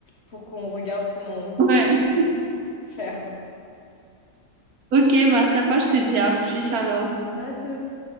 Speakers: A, on the left; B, on the right.
A: pour qu'on regarde comment
B: Ouais.
A: faire.
B: Ok, bah sympa, je te dis à plus alors.
A: À toutes.